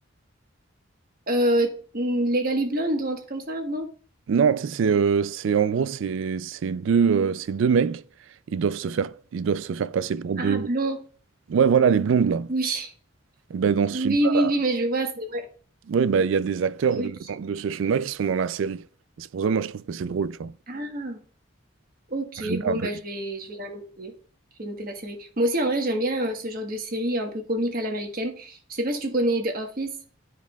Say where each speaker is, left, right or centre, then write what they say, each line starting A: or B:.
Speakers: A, on the right; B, on the right.
A: euh, Legally Blonde ou un truc comme ça, non?
B: Non, tu sais, c'est euh, c'est- en gros, c'est c'est deux, euh, c'est deux mecs, ils doivent se faire, ils doivent se faire passer pour deux.
A: Ah, blond.
B: Ouais, voilà, les blondes, là.
A: Oui.
B: Ben, dans ce
A: Oui,
B: film-là,
A: oui, oui, mais je vois, c'est vrai.
B: ouais, ben, il y a des acteurs
A: Ok.
B: de, dans- de ce film-là qui sont dans la série. Et C'est pour ça, moi, je trouve que c'est drôle, tu vois. Moi,
A: Ah, ok.
B: J'aime bien
A: Bon,
B: un peu.
A: bah, je vais, je vais la noter. Je vais noter la série. Moi aussi, en vrai, j'aime bien euh, ce genre de série un peu comique à l'américaine. Je sais pas si tu connais The Office.